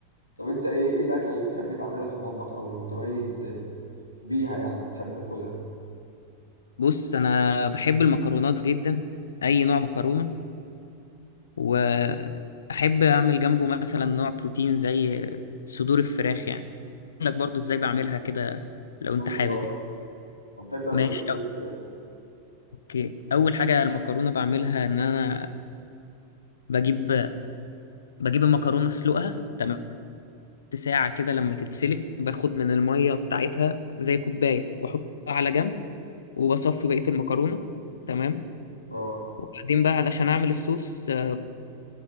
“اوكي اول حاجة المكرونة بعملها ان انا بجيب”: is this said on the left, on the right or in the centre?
Left